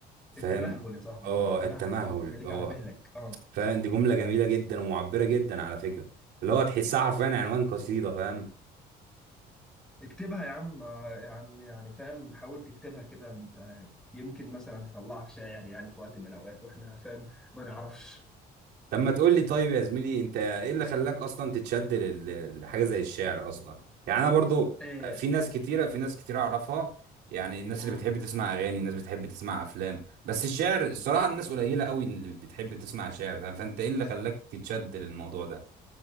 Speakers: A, on the right; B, in the centre.
A: فاهم
B: التمهل يا صاحبي
A: اه
B: التمهل
A: التمهل
B: اه بيخليك
A: اه
B: على مهلك اه
A: فاهم دي جمله جميله جدا ومعبره جدا على فكره اللي هو تحسها حرفيا عنوان قصيده فاهم
B: اكتبها يا عم آه، يا عم يعني فاهم حاول تكتبها كده انت- آه، يمكن مثلا تطلعك شاعر يعني في وقت من الاوقات واحنا فاهم ما نعرفش
A: طب ما تقول لي طيب يا زميلي انت ايه اللي خلاك اصلا تتشد لل- لحاجه زي الشعر اصلا يعني انا برضو
B: آه.
A: في ناس كتيره في ناس كتيره اعرفها يعني الناس
B: مم.
A: اللي بتحب تسمع اغاني الناس بتحب تسمع افلام بس الشعر الصراحه الناس قليله قوي اللي بتحب تسمع شعر فاهم فانت ايه اللي خلاك تتشد للموضوع ده